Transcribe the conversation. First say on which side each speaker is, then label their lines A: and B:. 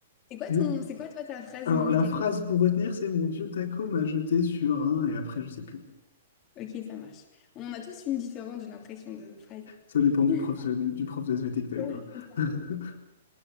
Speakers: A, on the left; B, on the left.
A: c'est quoi
B: Mais-
A: ton, c'est quoi toi ta phrase
B: Alors,
A: mémotechnique?
B: la phrase pour retenir, c'est mon vieux taco m'a jeté sur un, et après, je sais plus.
A: Ok, ça marche. On a tous une différente, j'ai l'impression, de phrase.
B: Ça dépend du
A: <laughs>
B: prof, du prof de SVT que t'as
A: Oui,
B: eu, quoi.
A: c'est ça.
B: <laughs>